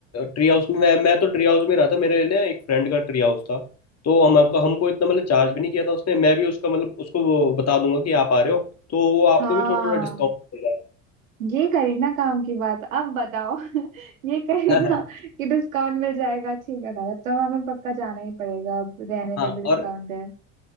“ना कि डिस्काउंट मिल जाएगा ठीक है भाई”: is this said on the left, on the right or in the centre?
Right